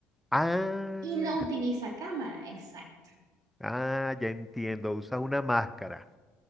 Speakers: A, in the centre; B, on the right.
A: Ah,
B: y no utiliza cámara, exacto.
A: ah, ya entiendo. Usas una máscara.